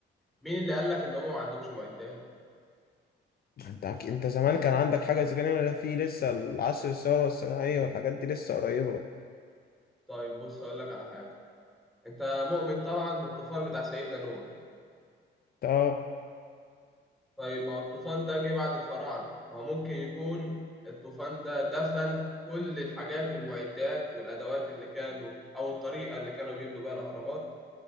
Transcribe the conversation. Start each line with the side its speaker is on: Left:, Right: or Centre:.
Centre: مين اللي قال لك ان هم ما عندهمش معدات
Left: انت أك- انت زمان كان عندك حاجه زي كده في لسه العصر الثوره الصناعيه والحاجات دي لسه قريبه
Centre: طيب بص اقول لك على حاجة انت مؤمن طبعا بالطوفان بتاع سيدنا نوح
Left: طب
Centre: طيب ما هو الطوفان ده جه بعد الفراعنة ما هو ممكن يكون الطوفان ده دفن كل الحاجات والمعدات والأدوات اللي كانوا أو الطريقة اللي كانوا بيبنوا بيها الأهرامات